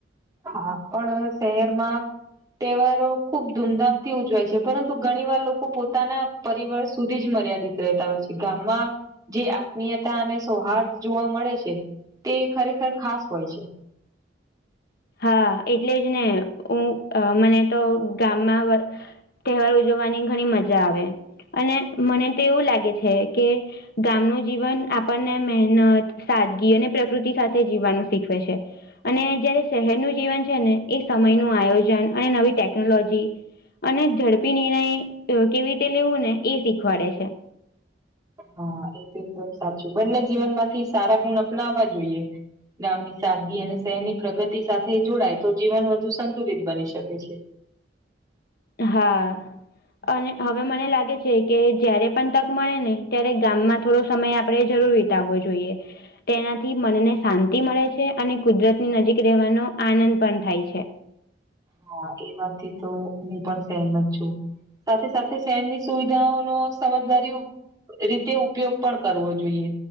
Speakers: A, on the right; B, on the left.
A: હા પણ શહેરમાં. તહેવારો ખુબ ધૂમધામથી ઉજવાય છે પરંતુ ઘણીવાર લોકો પોતાના. પરિવાર સુધી જ મર્યાદિત રહેતા હોય છે ગામમાં જે આત્મીયતા અને સૌહારસ મળે છે તે ખરેખર હોય છે.
B: હા એટલે જ ને હું મને તો ગામમાં. તહેવાર ઉજવવાની ઘણી મજા આવે અને મને તો એવું લાગે છે કે. ગામનું જીવન આપણને મહેનત. સાદગી અને પ્રકૃતિ સાથે જીવવાનું શીખવે છે અને જયારે. શહેરનું જીવન છે ને એ સમયનું આયોજન અને નવી ટેકનોલોજી. અને ઝડપી નિર્ણય કેવી રીતે લેવું ને એ શીખવાડે છે.
A: હા એ તો એકદમ સાચું બંને જીવન માંથી સારા ગુણ અપનાવવા જોઈએ. ગામની સાદગદી અને શહેરની પ્રગતિ સાથે જોડાય તો જીવન વધુ સંતુલિત બની શકે છે.
B: હા અને હવે મને લાગે છે કે જયારે પણ તક મળે ને ત્યારે ગામ થોડો સમય આપે. આપણે જરૂર વિતાવવો જોઈએ. તેનાથી મનને શાંતિ મળે છે અને કુદરતની નજીક રહેવાનો આનંદ પણ થાય છે.
A: હા એ વાત થી તો હું પણ સહેમત છું. સાથે સાથે શહેરની સુવિધાઓ નો સમજદારી. રીતે ઉપયોગ પણ કરવો જોઈએ.